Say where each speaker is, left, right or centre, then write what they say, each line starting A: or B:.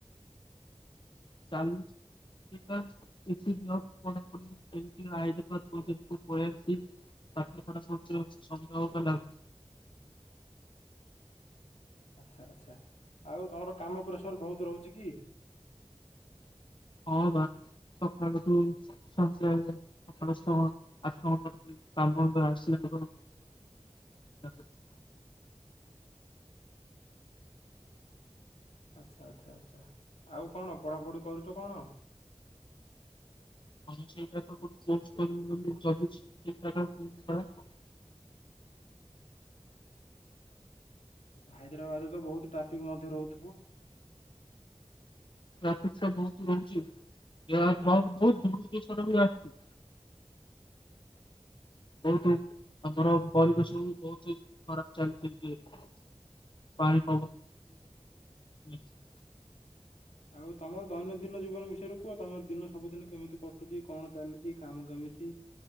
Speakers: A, on the left (about 45°); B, on the left (about 80°).
A: ଚାଲିଚି। <inaudible> ପାଠ ପଢା <inaudible>
B: ଆଚ୍ଛା ଆଚ୍ଛା ଆଉ ତମର କାମ ପ୍ରେସର ବହୁତ ରହୁଛି କି?
A: ହଁ ବା ସକାଳଠୁ ସନ୍ଧ୍ୟାଯାଏ। ସକାଳୁ ଛଅ ଆଠ ଘଣ୍ଟା କାମ ଆସିବେ <unintelligible>
B: ଆଚ୍ଛା ଆଚ୍ଛା ଆଚ୍ଛା ଆଉ କଣ ପଢ଼ାପଢ଼ି କରୁଚ କଣ?
A: <inaudible>
B: ହାଇଦ୍ରାବାଦରେ ତ ବହୁତ ଟ୍ରାଫିକ୍ ମଧ୍ୟ ରହୁଥୁବୁ।
A: ଟାଫିକ ଟା ବହୁତ ରହୁଛି ଯା ବହୁତ ଧୂଳି ଧୂସର ବି ଆସଚି ବହୁତ ଆମର ପରିବେଶ ସବୁ ବହୁତ ଖରାପ ଚାଲି <unintelligible> ପାଣି ପବନ <unintelligible>
B: ଆଉ ତମର ଦୈନଦିନ ଜୀବନ ବିଷୟରେ କୁହ ତମର ଦିନ ସବୁଦିନ କେମିତି କଟୁଚି କଣ ଚାଲିଚି କାମ କେମିତି।